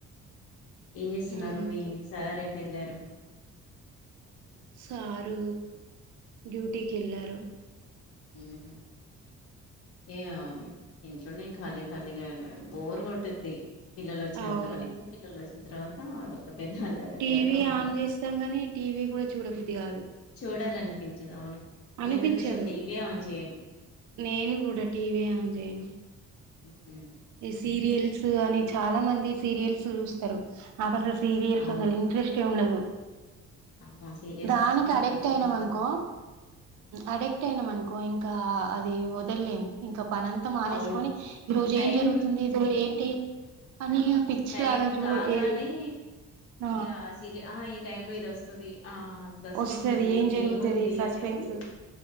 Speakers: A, on the left; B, on the right.
A: ఏం చేస్తున్నారు
B: ఇంక్
A: మీ సార్ ఎ టెల్లారు.
B: సారు డ్యూటీకి ఎళ్ళారు.
A: హుహ్ ఏ ఆ ఇంట్లోనే ఖాళీ ఖాళీగా బోర్ కొట్టుద్ది. పిల్లలు వచ్చేంత
B: అవును
A: వరకి పిల్లలు వస్ తర్వాత <inaudible> అల్లరిగా
B: టీవీ
A: ఉంటది
B: ఆన్ చేస్తాం గానీ టీవీ కూడా చూడబుద్ది కాదు.
A: చూడాలనిపించదు అవును.
B: అనిపించదు
A: నేనైతే అసలు టీవీ ఆన్ చేయను
B: నేను కూడా టీవీ ఆన్ చేయను.
A: ఉమ్,
B: ఈ సీరియల్స్ అని చాలా మంది సీరియల్స్ చూస్తారు నాకు అస సీరియల్స్
A: అవును
B: అసలు ఇంట్రెస్టే ఉండదు
A: అమ్మో సీరియస్
B: దానికి
A: చూస్తే ఇంకా
B: అడెక్ట్
A: పిచ్చిలేస్తది
B: అయినం అనుకో అడిక్ట్ అయినం అనుకో ఇం గా అది వదలేం ఇంక పనంత మానేసుకొని
A: అవును
B: ఈ రోజు
A: టైం
B: ఏం జ జరుగుతుంది ఇది ఏంటి అని పిచ్చి
A: టైమ్
B: లాగా చూడు
A: కాగానే
B: ఏది ఆ
A: ఇగ ఆ ఈ టైమ్ లో ఇది వస్తది ఆ సస్పెన్స్
B: వస్తది
A: ఉంది
B: ఏం జరుగుతది
A: ఏముంది
B: సస్పెన్స్
A: అనేసి